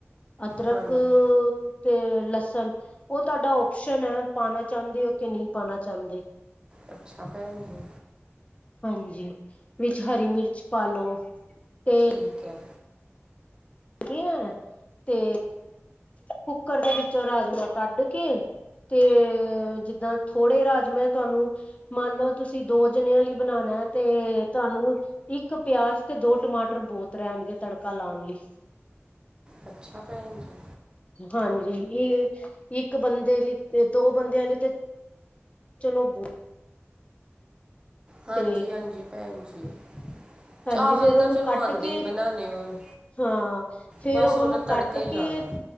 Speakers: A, on the left; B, on the right.
A: ਅਦਰਕ
B: ਹਾਂਜੀ
A: ਤੇ ਲਸਣ ਓ ਤੁਹਾਡਾ ਓਪਸ਼ਨ ਹੈ ਪਾਣਾ ਚਾਹੁੰਦੇ ਹੋ ਕਿ ਨਈ ਪਾਣਾ ਚਾਹੁੰਦੇ।
B: ਅੱਛਾ ਭੈਣ ਜੀ।
A: ਹਾਂਜੀ ਵਿੱਚ ਹਰੀ ਮਿਰਚ ਪਾ ਲੋ ਤੇ
B: ਠੀਕ ਹੈ।
A: ਧੀਆ ਤੇ ਕੁੱਕਰ ਦੇ ਵਿੱਚੋਂ ਰਾਜਮਾਂ ਕੱਢ ਕੇ ਤੇ ਜਿੱਦਾਂ ਥੋੜ੍ਹੇ ਰਾਜਮਾ ਤੁਹਾਨੂੰ ਮੰਨ ਲਓ ਤੁਸੀਂ ਦੋ ਜਣਿਆਂ ਲਈ ਬਣਾਣਾ ਤੇ ਤੁਹਾਨੂੰ ਇੱਕ ਪਿਆਜ ਤੇ ਦੋ ਟਮਾਟਰ ਬੋਤ ਰੈਂਣਗੇ ਤੜਕਾ ਲਾਣ ਲਈ
B: ਅੱਛਾ ਭੈਣ ਜੀ।
A: ਹਾਂਜੀ ਇਹ ਇੱਕ ਬੰਦੇ ਲਈ ਤੇ ਦੋ ਬੰਦਿਆਂ ਲਈ ਤੇ ਚਲੋ ਬੋ
B: ਹਾਂਜੀ-ਹਾਂਜੀ
A: ਤੇ
B: ਭੈਣ ਜੀ
A: ਹਾਂਜੀ
B: ਚਾਵਲ
A: ਫੇਰ ਉਹਨੂੰ
B: ਤਾਂ ਚਲੋ
A: ਕੱਟ
B: ਆਂਦੇ
A: ਕੇ
B: ਹੀ ਬਣਾਣੇ ਹੋਏ।
A: ਹਾਂ ਫਿਰ
B: ਬਸ
A: ਉਹਨੂੰ
B: ਉਹਦਾ ਤੜਕਾ
A: ਕੱਟ
B: ਹੀ
A: ਕੇ
B: ਲਾਣਾ